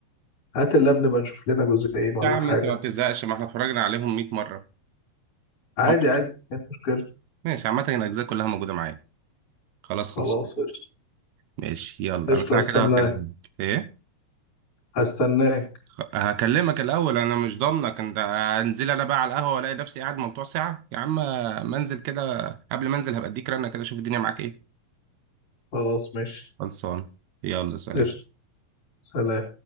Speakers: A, on the left; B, on the right.
A: هات اللاب نبقى نشوف لنا جزئين ولا
B: يا عم
A: حاجه
B: انت ما بتزهقش ما احنا اتفرجنا عليهم 100 مرة
A: عادي
B: هو
A: عادي مفيش مشكله
B: ماشي عامة الأجزاء كلها موجودة معايا خلاص خلص
A: خلاص قشطه
B: ماشي يلا
A: قشطه
B: أنا ساعة
A: هستناك
B: كده هكلمك إيه؟
A: هستناك
B: خ- هكلمك الأول أنا مش ضامنك أنت هنزل أنا بقى على القهوة ألاقي نفسي قاعد ممتوع ساعة يا عم ما أنزل كده قبل ما أنزل هبقى أديك رنة كده أشوف الدنيا معاك إيه
A: خلاص ماشي
B: خلصان يلا سلام
A: قشطه سلام